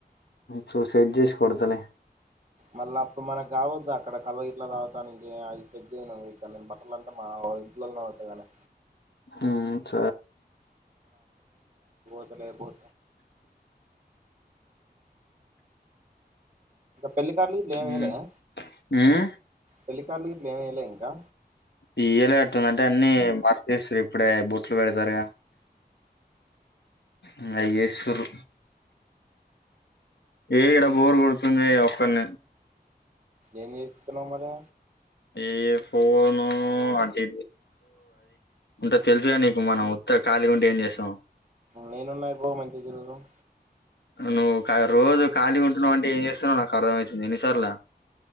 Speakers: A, on the left; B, on the right.
A: చో సేట్ చేసి కొతలే
B: మళ్ళీ అప్పుడు మనకి కావద్దు అక్కడ కళ్ళ ఇట్లా తాగుతాంక అవి పెగ్ను కం బట్టల అంటే మా వటగానే
A: అ స
B: బ పెళ్ళికాడ్లు లేం ఐయ్యలేదా
A: ఉమ్ ఉమ్
B: పెళ్లికారులు ఇట్లు ఏమయలే ఇంకా
A: ఇయ్యలే కట్టుంది అంటే అన్ని బర్తస్తారు ఇప్పుడే బొట్లు పెడతారుగా ఉమ్ తరు ఏడం బోర్ కొడుతుంది ఒక్కనే
B: ఏంచేస్తునావ్ నువ్వు
A: ఈ ఫోను అది అంటే తెలుసుగా నీకు మనం ఉత్త ఖాళీగ ఉంటే ఏం చేస్తాం
B: నేనున్నాయి బ్రో మంచి <unintelligible>
A: నువ్వు రోజు ఖాళీ ఉంటున్నావు అంటే ఏం చేస్తున్నావో నాకు అర్థమయితుంది ఎన్నిసార్ల